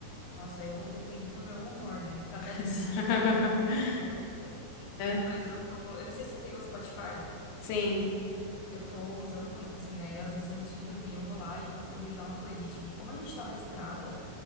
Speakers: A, on the left; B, on the left.
A: Nossa, eu depende do meu humor, né? Cada
B: <laughs>
A: <laughs> dia é uma coisa. Mas
B: É,
A: eu tô. Eu não sei se tu tem o Spotify.
B: sim,
A: Eu tô usando muito, assim, aí às vezes antes de dormir eu vou lá e procuro já uma playlist, porque como a gente tá na estrada,